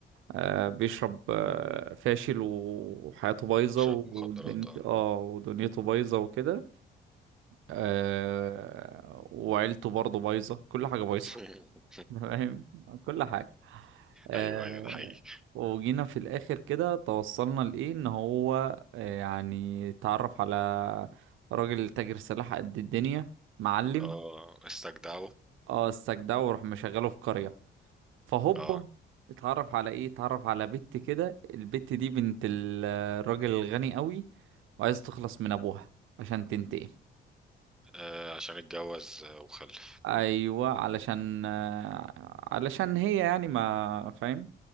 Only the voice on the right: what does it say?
آه، بيشرب آه، فاشل وحياته بايظه
ودنيته
اه ودنيته بايظه وكده آه وعيلته برضه بايظة كل حاجة بايظة
<laughs> فاهم كل حاجة آه
وجينا في الآخر كده توصلنا لإيه إن هو آه يعني اتعرف على راجل تاجر سلاح قد الدنيا معلم
اه استجدعه وراح مشغله في قرية فهوبا
اتعرف على ايه اتعرف على بنت كده البت دي بنت ال- الراجل الغني قوي وعايز تخلص من ابوها عشان تنتقم
ايوه علشان آه، علشان هي يعني ما فاهم